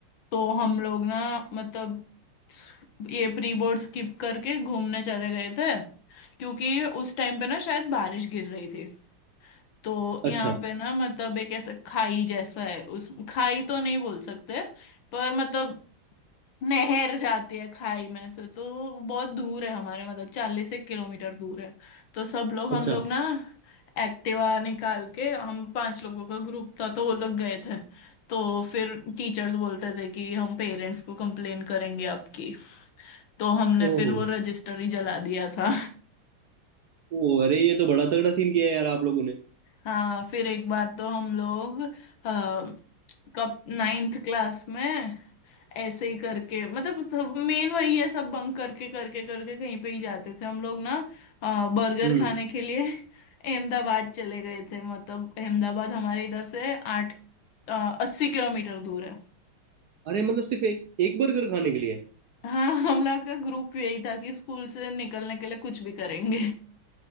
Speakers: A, on the left (about 70°); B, on the right (about 65°).
A: तो हम लोग ना मतलब ये प्री बोर्ड स्किप करके घूमने चले गए थे क्योंकि उस टाइम पे ना शायद बारिश गिर रही थी तो
B: अच्छा
A: यहाँ पे ना मतलब एक ऐसा खाई जैसा है उस खाई तो नहीं बोल सकते पर मतलब नहर जाती है खाई में से तो बहुत दूर है हमारे मतलब चालीस एक किलोमीटर दूर है तो सब लोग
B: अच्छा
A: हम लोग ना एक्टिवा निकाल के हम पांच लोगों का ग्रुप था तो वो लोग गए थे तो फिर टीचर्स बोलते थे कि हम पेरेंट्स को कंप्लेन करेंगे आपकी तो हमने
B: ओहो
A: फिर वो रजिस्टर ही जला दिया था
B: ओ अरे ये तो बड़ा तगड़ा सीन किया है यार आप लोगों ने
A: हाँ फिर एक बार तो हम लोग आ, कब नाइन्थ क्लास में ऐसे ही करके मतलब सब मेन वही है सब बंक करके करके करके कहीं पे ही जाते थे हम लोग ना अ, बर्गर
B: हम्म
A: खाने के लिए <laughs> अहमदाबाद चले गए थे मतलब अहमदाबाद हमारे इधर से आठ अस्सी किलोमीटर दूर है
B: अरे मतलब सिर्फ एक एक बर्गर खाने के लिए
A: हाँ हम लोग का ग्रुप यही था कि स्कूल से निकलने के लिए कुछ भी करेंगे